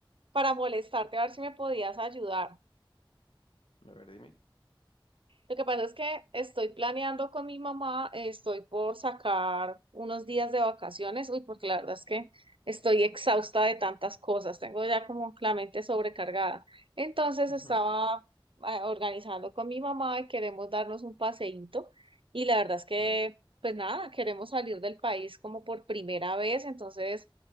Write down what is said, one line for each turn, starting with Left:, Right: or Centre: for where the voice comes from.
Right: para molestarte, a ver si me podías ayudar.
Left: A ver, dime.
Right: Lo que pasa es que estoy planeando con mi mamá, eh, estoy por sacar unos días de vacaciones, uy, porque la verdad es que estoy exhausta de tantas cosas, tengo ya como la mente sobrecargada. Entonces
Left: Ujú,
Right: estaba ah, organizando con mi mamá y queremos darnos un paseíto y la verdad es que,
Left: ujú,
Right: pues nada, queremos salir del país como por primera vez, entonces